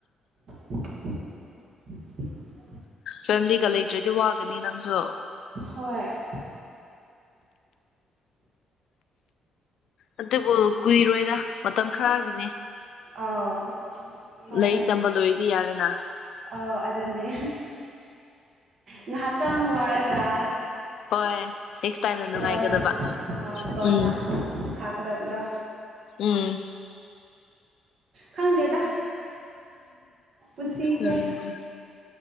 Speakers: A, on the right; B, on the left.
A: <unintelligible>
B: ꯐꯦꯃꯤꯂꯤꯒ ꯂꯩꯇ꯭ꯔꯗꯤ ꯋꯥꯒꯅꯤ ꯅꯪꯁꯨ
A: ꯍꯣꯏ
B: ꯑꯗꯨꯕꯨ ꯀꯨꯏꯔꯣꯏꯗ ꯃꯇꯝ ꯈꯔꯒꯤꯅꯦ
A: ꯑꯥꯎ ꯍꯣꯏ
B: ꯂꯥꯏꯔꯤꯛ ꯇꯝꯕ ꯂꯣꯏꯔꯗꯤ ꯌꯥꯔꯦꯅ
A: ꯑꯥꯎ ꯑꯗꯨꯅꯦ ꯉꯥꯏꯍꯥꯛꯇꯪ ꯋꯥꯔꯒ
B: ꯍꯣꯏ ꯇꯥꯏꯝꯗ ꯅꯨꯡꯉꯥꯏꯒꯗꯕ
A: ꯀꯣꯟꯅ ꯑꯥꯎ ꯀꯣꯟꯅ
B: ꯎꯝ
A: ꯊꯥꯒꯗꯕꯗꯣ
B: ꯎꯝ
A: ꯈꯪꯗꯦꯗ ꯄꯨꯟꯁꯤꯁꯦ
B: ꯎꯝ